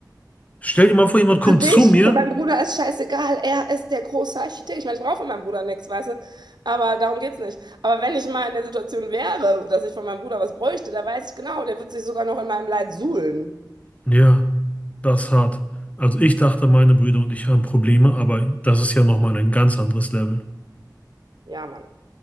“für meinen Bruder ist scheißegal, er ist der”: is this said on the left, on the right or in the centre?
Right